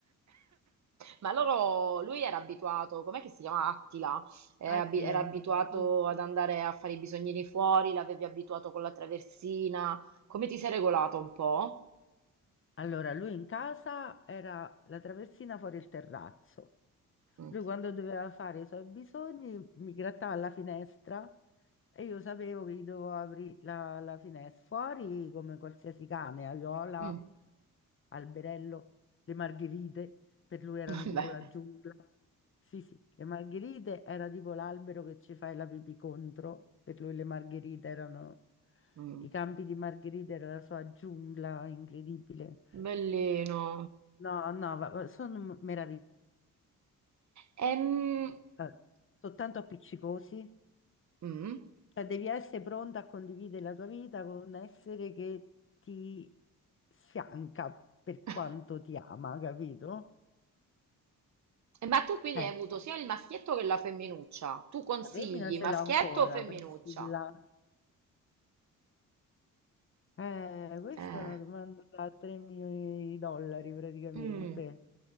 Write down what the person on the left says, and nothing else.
Attila.
Sì.
Allora, lui in casa era la traversina fuori il terrazzo.
Lui quando doveva fare i suoi bisogni mi grattava alla finestra e io sapevo che gli dovevo aprire la, la finestra. Fuori come qualsiasi cane, Aiola,
Alberello, le margherite, per lui erano
tipo
la giungla. Sì, sì, le margherite era tipo l'albero che ci fai la pipì contro, per lui le margherite erano...
I campi di margherite era la sua giungla incredibile.
No, no, va- va- sono meravigliosi,
eh, soltanto appiccicosi.
Cioè, devi essere pronta a condividere la tua vita con un essere che ti fianca per
quanto ti ama, capito?
Eh,
la femmina ce
l'ho ancora,
Priscilla. Eh, questa
è una domanda da 3 milioni di dollari praticamente.